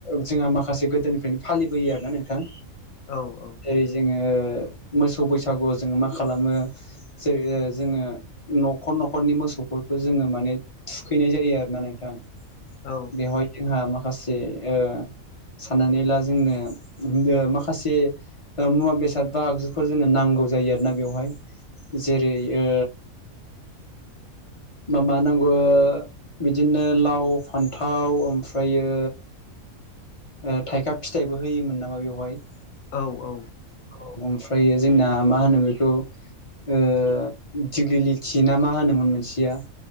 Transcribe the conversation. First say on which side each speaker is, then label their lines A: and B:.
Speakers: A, on the left (about 25°); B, on the left (about 75°).
A: जोंहा माखासे गोदोनिफ्रायनो फालिबोयो आरोना नोंथां
B: औ औ
A: जेरै जोङो मोसौ बैसागुआव जोङो मा खालामो जेरै जोङो न'खर न'खरनि मोसौफोरखौ जोङो माने थुखैनाय जायो आरोना नोंथां
B: औ
A: बेवहाय जोंहा माखासे ओ साननानै ला जोंनो ओ माखासे ओ मुवा बेसाद बा आगज फोर जोंनो नांगौ जायो आरोना बेवहाय जेरै ओ मा-मा नांगौ ओ बिदिनो लाव फान्थाव ओमफ्रायो ओ थाइखा फिथाइबो होयोमोन नामा बेवहाय
B: औ औ
A: औ ओमफ्रायो जोंना मा होनो बेखौ ओ दिग्लिलिथि ना मा होनोमोन मोनसेया